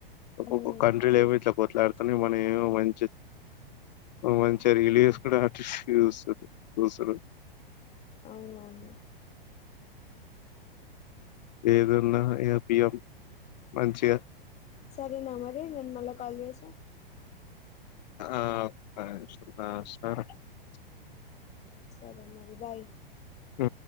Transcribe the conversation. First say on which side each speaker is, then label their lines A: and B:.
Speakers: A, on the left (about 50°); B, on the left (about 25°).
A: ఒక్కొక్క
B: హ్మ్
A: కంట్రీ ఏమో ఇట్ల కొట్లాడ్ కాని మనెమో మంచి మంచి రిలీస్
B: హ్మ్
A: కూడ అటిషూస్తది ఉసరం
B: అవునవును
A: ఏదన్న ఏపీఎం మంచిగ
B: సరేనా మరి నేను మల్ల కాల్ చేస్తా
A: ఆ <unintelligible>
B: ఉం సరె మరి బాయ్
A: ఉ